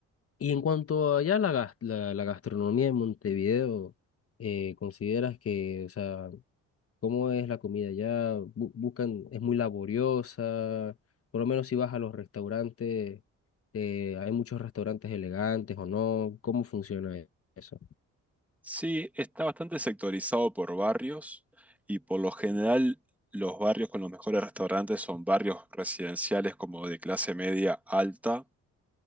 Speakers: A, on the left; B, in the centre.
A: y en cuanto allá a la, gas- la, la gastronomía de Montevideo, eh, ¿consideras que, o sea, ¿Cómo es la comida allá? Bu- buscan, es muy laboriosa. Por lo menos si vas a los restaurantes, eh, hay muchos restaurantes elegantes o no. ¿Cómo funciona e- eso?
B: Sí, está bastante sectorizado por barrios y por lo general los barrios con los mejores restaurantes son barrios residenciales como de clase media alta